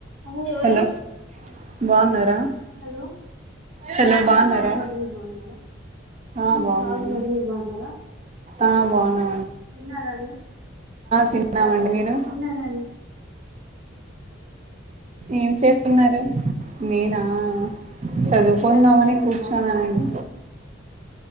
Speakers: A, on the right; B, on the right.
A: అల్లూ లేరు
B: హలో బాగున్నారా
A: hello
B: hello
A: హా
B: బాగున్నారా
A: బాగున్న మీర్ బాగున్నారా?
B: ఆ
A: ఉమ్
B: బాగున్నాను
A: బాగున్న మీర్ బాగున్నారా?
B: ఆ బాగున్నా
A: తిన్నారాని
B: తిన్నామండి మీరు
A: తిన్నారాని
B: ఏం చేస్తున్నారు నేనా ఆ చదువుకుందామని కూర్చున్నాను